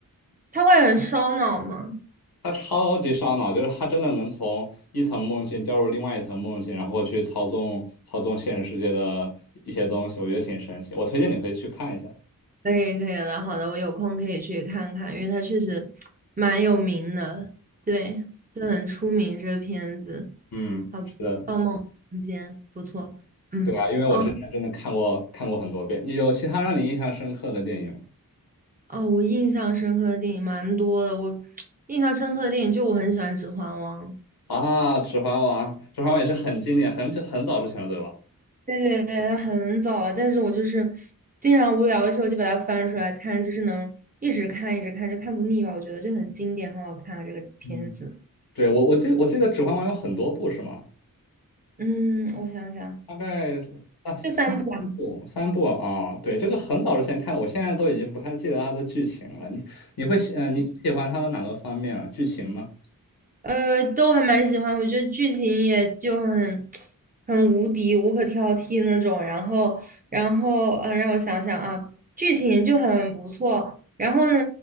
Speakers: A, on the right (about 25°); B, on the left (about 85°).
A: 他会很烧脑吗？
B: 它超级烧脑，就是它真的能从一层梦境掉入另外一层梦境，然后去操纵操纵现实世界的一些东西，我觉得挺神奇，我推荐你可以去看一下。
A: 可以可以的，好的，我有空可以去看看，因为它确实蛮有名的，对，就很出名这个片子。
B: 嗯。
A: 好，
B: 是的。
A: 《盗梦空间》不错，嗯。
B: 对啊，因为我之前真的看过看过很多遍。
A: 哦
B: 有其他让你印象深刻的电影吗
A: 哦，我印象深刻的电影蛮多的。我 <tsk> 印象深刻的电影就我很喜欢《指环王》，
B: 啊？《指环王》，《指环王》也是很经典，很久很早之前了，对吧？
A: 对对对，它很早了，但是我就是经常无聊的时候就把它翻出来看，就是能一直看一直看，就看不腻吧。我觉得就很经典，很好看啊这个片子。
B: 嗯，对，我我记我记得《指环王》有很多部是吗？
A: 嗯，我想想，
B: 大概啊三部三部啊，
A: 就三部啊。
B: 对，这个很早之前看的，我现在都已经不太记得它的剧情了。你你会喜呃你喜欢它的哪个方面啊？剧情吗？
A: 呃，都还蛮喜欢，我觉得剧情也就很很无敌、无可挑剔那种。然后，然后，嗯，让我想想啊，剧情就很不错。然后呢，